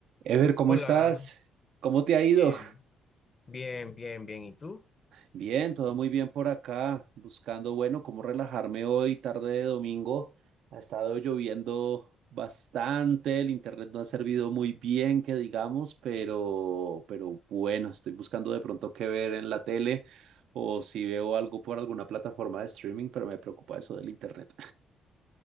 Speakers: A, on the right (about 75°); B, on the left (about 35°).
A: Ever, ¿cómo
B: Hola,
A: estás? ¿Cómo te ha ido?
B: bien, bien, bien, bien. ¿Y tú?
A: Bien, todo muy bien por acá, buscando, bueno, cómo relajarme hoy, tarde de domingo. Ha estado lloviendo bastante, el internet no ha servido muy bien, que digamos, pero, pero bueno, estoy buscando de pronto qué ver en la tele o si veo algo por alguna plataforma de streaming, pero me preocupa eso del internet.